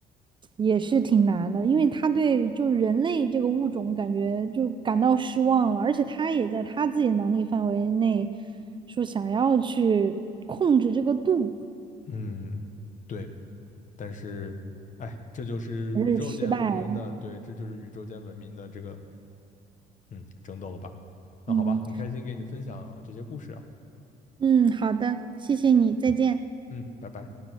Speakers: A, on the right; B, on the left.
A: 也是挺难的，因为他对就人类这个物种感觉就感到失望了，而且他也在他自己能力范围内说想要去控制这个度，
B: 嗯，对，但是，哎，这就是宇宙间文明的，
A: 还是失败了。
B: 对，这就是宇宙间文明的这个，嗯，争斗了吧？那好吧，
A: 嗯
B: 很开心给你分享这些故事啊，
A: 嗯，好的，谢谢你，再见。
B: 嗯，拜拜。